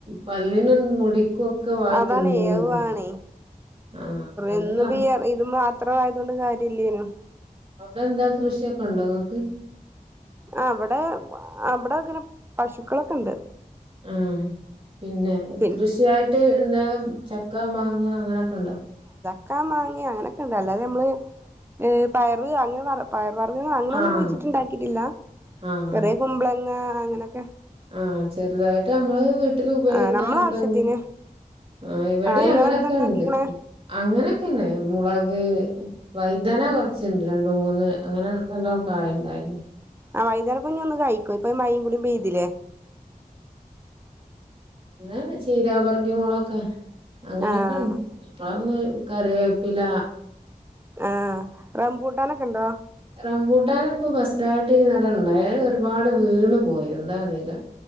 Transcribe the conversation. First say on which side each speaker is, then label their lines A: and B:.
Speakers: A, on the right; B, on the right.
A: പല്ലിനും മുടിക്കുക്കെ വാഴ
B: അതാണേ
A: തിന്നണത്
B: അത് വേണേ
A: ആ അത്
B: ഇന്നിപ്പോ
A: ക
B: ഈ ഇത് മാത്രം ആയതൊണ്ട് കാര്യം ഇല്ലേനും
A: അവിടെ എന്താ കൃഷിക്കെ ഉണ്ടോങ്ങക്ക്
B: ഇവിടെ ഇവിടെ അങ്ങനെ പശുക്കളൊക്കെണ്ട്
A: ആ പിന്നെ
B: പിന്നെ
A: കൃഷിയായിട്ട് പിന്നെ ചക്ക മാങ്ങ അങ്ങനൊക്കെണ്ടോ?
B: ക്ക മാങ്ങ അങ്ങനൊക്കെണ്ട്. അല്ലാതെ നമ്മള് പയറ് അങ്ങനെ പറ പ ഴ വർഗ്ഗങ്ങള് അങ്ങനൊന്നും
A: ആഹ്
B: കുഴിച്ചിട്ട്ണ്ടാക്കിയിട്ടില്ല
A: ആഹ്
B: ചെറിയ കുമ്പളങ്ങ അങ്ങനൊക്കെ
A: ആഹ് ചെറുതായിട്ട് നമ്മള് വി ട്ടില് ഉപയോഗിക്കാനൊക്കെ
B: ആ നമ്മളെ ആവശ്യത്തിന്
A: ആഹ് ഇവിടെ
B: ഇങ്ങളെന്താ
A: അങ്ങനൊക്കെണ്ട്
B: ഇണ്ടാക്കിക്ക്ണെ
A: അങ്ങനൊക്കെന്നെ മുള ക് വൈദന കൊറച്ച്ണ്ട് രണ്ട് മൂന്ന് അങ്ങനെ നല്ലോം കായ്ണ്ടായി പിന്നെ
B: ആ വൈദന കുഞ്ഞ് ഒന്ന് കഴി യ്ക്കും ഇപ്പ ഈ മയിം കൂടിം പെയ്തില്ലേ
A: ന്നാ വെച് ചീരാപറങ്കി മൊളോക്കെ അങ്ങനൊക്കെണ്
B: ആഹ്
A: ഇപ്പളാ <unintelligible> കറിവേപ്പില
B: ആഹ് റംബൂട്ടാനൊക്കെ ഇണ്ടോ
A: റംബൂ ട്ടാന് ഇപ്പോ ഫസ്റ്റായിട്ട് ഈ നടണ്ടായ അഹ് ഒരുപാട് വീണ്‌ പോയി എന്താ അറീല്ല